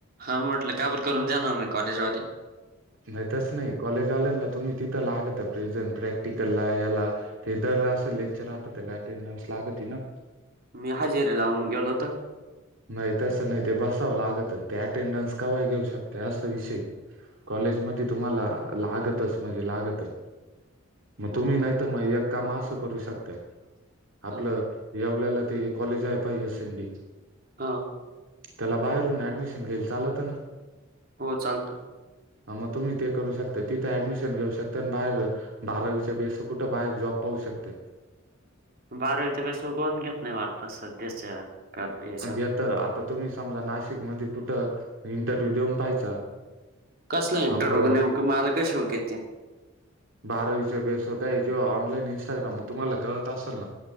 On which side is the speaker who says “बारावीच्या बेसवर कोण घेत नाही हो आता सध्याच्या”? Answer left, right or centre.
Right